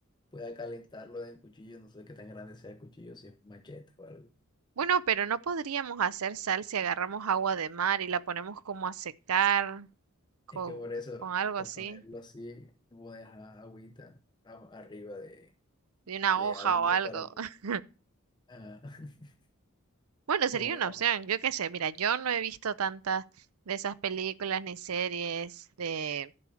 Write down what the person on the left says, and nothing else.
pueda calentarlo en el cuchillo. No sé qué tan grande sea el cuchillo, si es machete o algo.
Es que por eso,
para
ponerlo así, no voy a dejar agüita a- arriba de,
de
algo
para...
ah, <laughs>
como